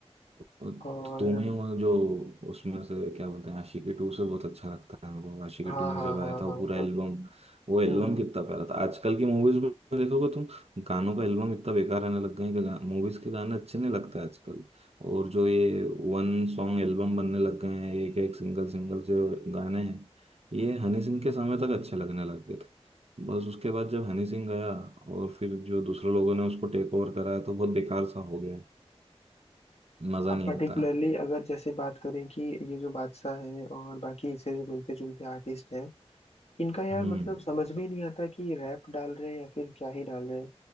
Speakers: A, on the right (about 70°); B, on the left (about 70°).
A: तो
B: और
A: तुम ही हो जो उसमें से क्या बोलते हैं आशिकी टू से बहुत अच्छा लगता है मेरे को आशिकी
B: हाँ
A: टू में
B: हाँ
A: जब
B: हाँ
A: आया था
B: हाँ
A: वो पूरा
B: हाँ
A: एल्बम वो एल्बम
B: हम्म हम्म।
A: कितना प्यारा था आजकल की मूवीज में देखोगे तुम गानों का एल्बम इतना बेकार आने लग गए हैं कि मूवीज के गाने अच्छे नहीं लगते आजकल और जो ये वन सॉन्ग एल्बम बनने लग गए हैं एक एक सिंगल सिंगल जो गाने हैं ये हनी सिंह के समय तक अच्छे लगने लग गए थे बस उसके बाद जब हनी सिंह गया और फिर जो दूसरे लोगों ने उसको टेक ओवर कराया तो बहुत बेकार सा हो गया है। मजा
B: अब
A: नहीं
B: पर्टिकुलरली
A: आता
B: अगर जैसे बात करें कि ये जो बादशाह है और बाकी इससे जो मिलते जुलते आर्टिस्ट हैं इनका यार
A: हम्म
B: मतलब समझ में ही नहीं आता कि रैप डाल रहे हैं या फिर क्या ही डाल रहे हैं